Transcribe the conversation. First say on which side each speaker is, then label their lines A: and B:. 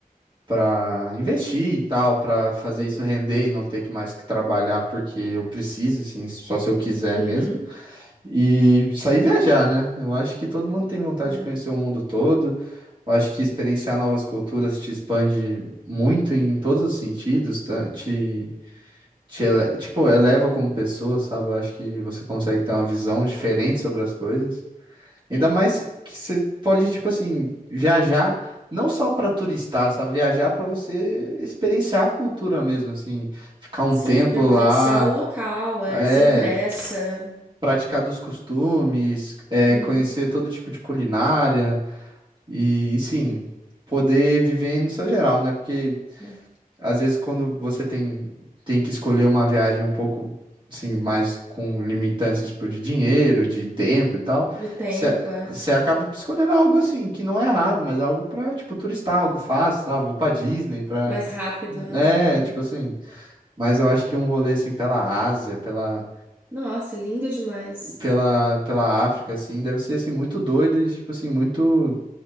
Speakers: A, on the right; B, on the right.
A: para investir e tal, para fazer
B: Uhum.
A: isso render e não ter que mais que trabalhar porque eu preciso, assim, só se eu quiser
B: Uhum,
A: mesmo. E sair viajar, né? Eu acho que todo mundo tem vontade
B: né?
A: de conhecer o mundo todo. Eu acho que experienciar novas culturas te expande muito em todos os sentidos, tá? te te ele- tipo, eleva como pessoa, sabe? Eu acho que você consegue ter uma visão diferente sobre as coisas. Ainda
B: Sim,
A: mais que você pode, tipo assim, viajar não só pra turistar, sabe? Viajar pra você experienciar a cultura mesmo, assim, ficar um
B: sim,
A: tempo
B: para vivenciar
A: lá,
B: o local, é
A: é,
B: sem pressa,
A: praticar dos costumes, é,
B: uhum,
A: conhecer todo tipo de culinária e, sim, poder viver no seu geral, né? Porque
B: é.
A: às vezes, quando você tem, tem que escolher uma viagem um pouco, assim, mais com limitantes, tipo, de dinheiro, de tempo e tal,
B: De tempo,
A: você
B: é
A: acaba escolhendo algo, assim, que não é errado, mas algo pra, tipo, turistar, algo fácil, sei lá, vou pra Disney, pra...
B: mais rápido, né?
A: É,
B: É.
A: tipo assim, mas eu acho que um rolê, assim, pela Ásia, pela,
B: Nossa, lindo demais.
A: pela, pela África, assim, deve ser, assim, muito doido e, tipo assim, muito,